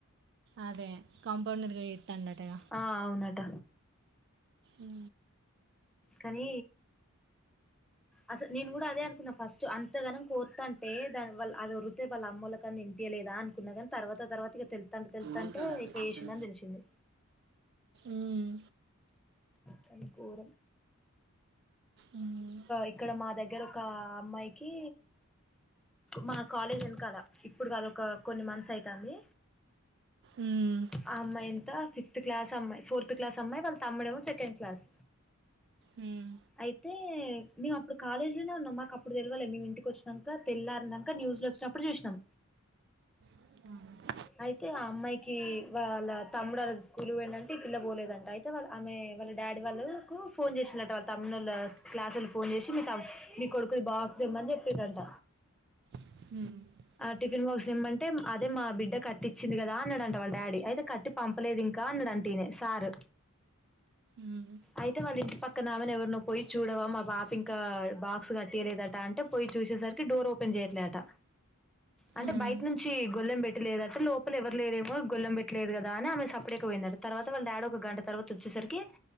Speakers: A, on the right; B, in the centre.
A: అదే కాంపౌండర్గ జీతాండటగ
B: ఆ అవునట
A: అ
B: కానీ అసలు నేను కూడా అదే అనుకున్నాను ఫస్ట్ అంతగాన కోతు అంటే దాని వా అది ఒరితే వాళ్ళ అమ్మలకని నింపించయలేదా అనుకున్నా కాని తర్వాత తర్వాత ఇక తెలు తంట తెలుతుంటే
A: చేసినావు దాంట్లో
B: ఇట్లా
A: కిచెన్
B: వసిండ అని తెలిసింది
A: ఉమ్,
B: కానీ ఘోరం
A: ఉమ్,
B: ఇక్కడ మా దగ్గర ఒక అమ్మాయికి మా కాలేజ్ వెనుకాల ఇప్పుడు కదా ఒక కొన్ని మంత్స్ అవుతుంది
A: ఉమ్,
B: ఆ అమ్మాయి ఎంత ఫిఫ్త్ క్లాస్ అమ్మాయి ఫోర్త్ క్లాస్ సమ్మ ఇ వాళ తమ్ముడెమ్మో సెకండ్ క్లాస్
A: ఉమ్,
B: అయితే మేము అప్పుడు కాలేజీ లోనే ఉన్నాం మాకు అప్పుడు తెలివాలె మేము ఇంటికి వచ్చినాక తెల్లార్నంక న్యూస్ లో వచ్చినప్పుడు చూసినాం
A: అవును <inaudible>
B: అయితే ఆ అమ్మాయికి వాళ్ళ తమ్ముడు అ రోజు స్కూల్కి పోయిండంట ఈపిల్ల పోలేదంట అయితే వాళ్ళ ఆమె వాళ్ళ డాడీ వాళ్ళ ఫోన్ చేసినట్ట వాళ్ళ తమ్ము వాళ్ళ క్లాసు వాళ్ళు ఫోన్ చేసి మీ తమ్ మీ కొడుకుది బాక్స్ తెమ్మని చెప్పారంట
A: హ <inaudible>
B: టిఫిన్ బాక్స్ ఇమ్మంటే అదే మా బిడ్డ కట్టిచ్చింది కదా అన్నాడంట వాళ్ళ డాడీ అయితే కట్టి పంపలేదు ఇంకా అన్నాడంట ఈయనే సారు
A: ఉమ్,
B: అయితే వాళ్ళ ఇంటి పక్కనమెని ఎవరినో పోయి చూడవా మా బాప ఇంకా బాక్స్ కట్టటియలేదట అంటే పోయి చూసేసరికి డోర్ ఓపెన్ చేయట్లే అట అంటే
A: ఉమ్,
B: బయట నుంచి గొల్లెం పెట్టిలేద లోపల ఎవరు లేరేమో గొల్లం పెట్టలేదు కదా అని ఆమె సపడేక వెయినాడు తర్వాత వాళ్ళ డాడీ ఒక గంట తర్వాత వచ్చేసరికి